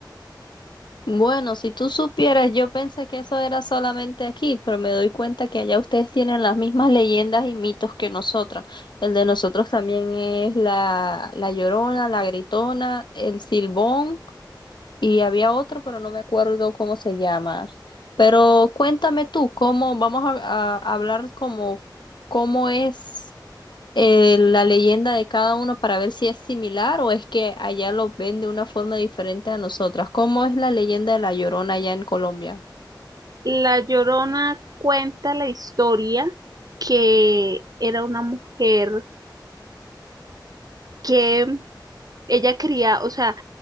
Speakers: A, on the left (about 75°); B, on the right (about 55°).
A: Bueno, si tú supieras, yo pensé que eso era solamente aquí, pero me doy cuenta que allá ustedes tienen las mismas leyendas y mitos que nosotras. El de nosotros también es la, la Llorona, la Gritona, el Silbón. Y había otro, pero no me acuerdo cómo se llama. Pero cuéntame tú, cómo, vamos a, a hablar como cómo es eh, la leyenda de cada uno para ver si es similar o es que allá lo ven de una forma diferente a nosotras. ¿Cómo es la leyenda de La Llorona allá en Colombia?
B: La Llorona cuenta la historia que era una mujer que ella quería, o sea,